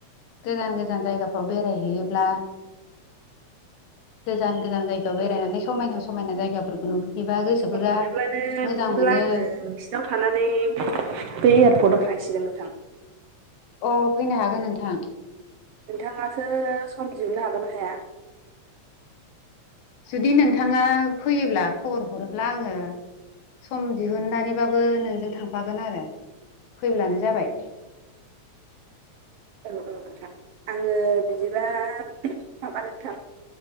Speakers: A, on the left; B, on the right.
A: गोजान गोजान जायगाफ्राव बेरायहैयोब्ला गोजान गोजान जायगायाव बेरायनानै
B: औ नोंथां
A: समायना
B: औ
A: समायना जायगाफोरखौ नुहैयोबा गोसोफोरा
B: सम मोनोब्लानो
A: मोजां
B: बिदिब्ला
A: मोनो।
B: आङो नोंसिनाव थानानै बे एयारपर्टआव थांसिगोन नोंथां।
A: अ फैनो हागोन नोंथां।
B: नोंथांआसो सम दिहुननो हागोन हाया
A: जुदि नोंथाङा फैयोब्ला खबर हरोब्ला आङो सम दिहुननानैबाबो नोंजों थांफागोन आरो फैब्लानो जाबाय। <inaudible>
B: औ औ नोंथां आङो बिदिब्ला माबा नोंथां